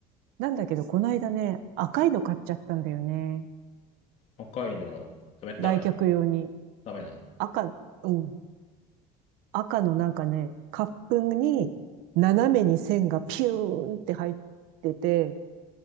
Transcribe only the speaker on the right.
なんだけど、この間ね、赤いの買っちゃったんだよね。
来客用に。
赤、うん。赤のなんかね、カップに斜めに線がピューンって入ってて、